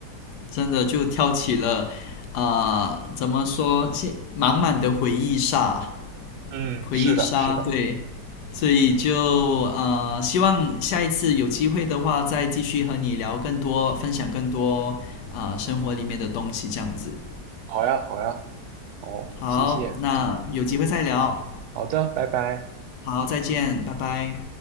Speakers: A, on the left; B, on the right.
A: 真的就挑起了，啊，怎么说，现满满的回忆杀，
B: 嗯，
A: 回忆杀，
B: 是的，是的。
A: 对，所以就呃，希望下一次有机会的话，再继续和你聊更多，分享更多啊、呃生活里面的东西，这样子。
B: 好呀，好呀，好，
A: 好，
B: 谢谢。
A: 那有机会再聊。
B: 好的，拜拜。
A: 好，再见，拜拜。